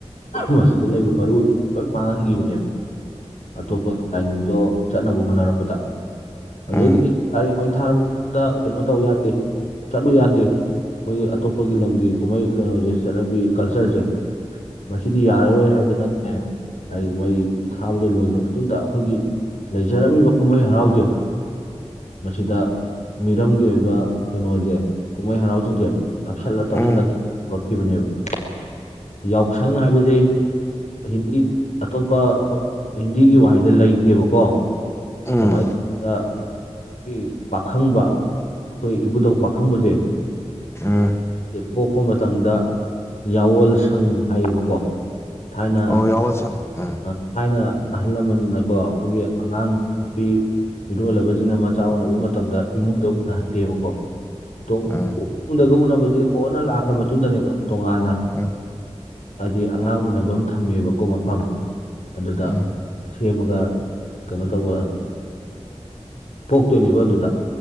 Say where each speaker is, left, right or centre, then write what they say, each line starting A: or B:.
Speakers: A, on the left; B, on the left.
A: ꯃꯁꯤꯗ ꯂꯩꯕ ꯃꯔꯨ ꯑꯣꯏꯕꯁꯤꯡꯗꯨ ꯂꯣꯏ ꯃꯥꯡꯍꯟꯒꯤꯕꯅꯦꯕ ꯑꯇꯣꯞꯄ ꯂꯥꯏꯅꯤꯡꯗꯣ ꯆꯠꯅꯕ ꯍꯣꯠꯅꯔꯛꯄꯗ
B: ꯑꯥ
A: ꯑꯗꯨꯗꯒꯤꯗꯤ ꯂꯥꯏꯔꯤꯛ ꯃꯩ ꯊꯥꯔꯕꯗ ꯀꯩꯅꯣ ꯇꯧ ꯌꯥꯗꯦ ꯆꯠꯂꯨ ꯌꯥꯗꯦ ꯃꯣꯏꯒꯤ ꯑꯇꯣꯞꯄꯒꯤ ꯂꯝꯒꯤ ꯀꯨꯝꯍꯩ ꯀꯩꯅꯣꯁꯦ ꯆꯠꯅꯕꯤ ꯀꯜꯆꯔꯁꯦ ꯃꯁꯤꯗꯤ ꯌꯥꯔꯔꯣꯏ ꯍꯥꯏꯗꯅꯅꯦ ꯂꯥꯏꯔꯤꯛ ꯃꯩ ꯊꯥꯕꯗꯣ ꯂꯣꯏꯈ꯭ꯔ ꯃꯇꯨꯡꯗ ꯑꯩꯈꯣꯏꯒꯤ ꯂꯩꯖꯔꯝꯃꯤꯕ ꯀꯨꯝꯍꯩ ꯍꯔꯥꯎꯖꯦ ꯃꯁꯤꯗ ꯃꯤꯔꯝꯒꯤ ꯑꯣꯏꯕ ꯀꯩꯅꯣꯁꯦ ꯀꯨꯝꯍꯩ ꯍꯔꯥꯎꯁꯤꯡꯁꯦ ꯇꯞꯁꯤꯜꯂ ꯇꯞꯁꯤꯜꯂ
B: ꯑꯥ
A: ꯇꯧꯔꯛꯈꯤꯕꯅꯦꯕ ꯌꯥꯎꯁꯪ ꯍꯥꯏꯕꯁꯦ ꯍꯤꯟꯗꯤ ꯑꯇꯣꯞꯄ ꯍꯤꯟꯗꯤꯒꯤ ꯋꯥꯍꯩꯗ ꯂꯩꯇꯦꯕꯀꯣ
B: ꯎꯝ ꯎꯝ
A: ꯀꯃꯥꯏꯅ ꯇ ꯒꯤ ꯄꯥꯈꯪꯕ ꯑꯩꯈꯣꯏ ꯏꯕꯨꯗꯧ ꯄꯥꯈꯪꯕꯁꯦ
B: ꯎꯝ
A: ꯄꯣꯛꯄ ꯃꯇꯝꯗ ꯌꯥꯑꯣꯜꯁꯪ ꯍꯥꯏꯌꯦꯕꯀꯣ ꯊꯥꯏꯅ
B: ꯑꯣ ꯌꯥꯎꯁꯪ ꯎꯝ
A: ꯑ ꯊꯥꯏꯅ ꯑꯍꯜ ꯂꯃꯟꯅꯀꯣ ꯑꯩꯈꯣꯏꯒꯤ ꯑꯉꯥꯡ ꯅꯨꯄꯤ ꯃꯤꯔꯣꯜꯂꯕꯁꯤꯡꯅ ꯃꯆꯥ ꯎꯅꯕ ꯃꯇꯝꯗ ꯏꯃꯨꯡꯗ ꯎꯅꯍꯟꯗꯦꯕꯀꯣ ꯑꯦꯃꯨꯡꯗꯒ
B: ꯎꯝ
A: ꯎꯅꯕꯁꯤ ꯀꯣꯟꯅ ꯂꯥꯛꯈ꯭ꯔ ꯃꯇꯨꯡꯗꯅꯦꯕ ꯇꯣꯉꯥꯟꯅ
B: ꯎꯝ
A: ꯍꯥꯏꯗꯤ ꯑꯉꯥꯡ ꯎꯅꯕꯝ ꯊꯝꯃꯦꯕꯀꯣ ꯃꯐꯝ ꯑꯗꯨꯗ
B: ꯎꯝ
A: ꯁꯦꯝꯃꯒ ꯀꯩꯅꯣ ꯇꯧꯕ ꯄꯣꯛꯇꯣꯏꯅꯦꯕ ꯑꯗꯨꯗ